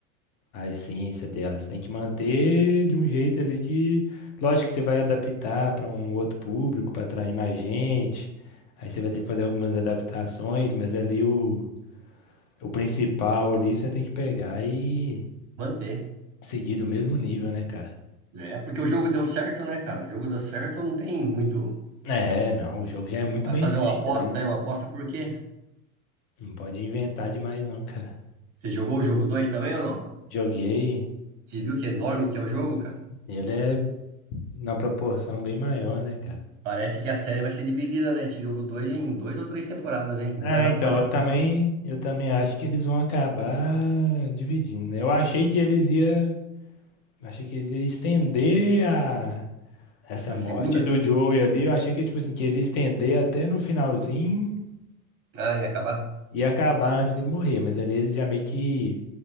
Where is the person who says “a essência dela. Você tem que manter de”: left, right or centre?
Left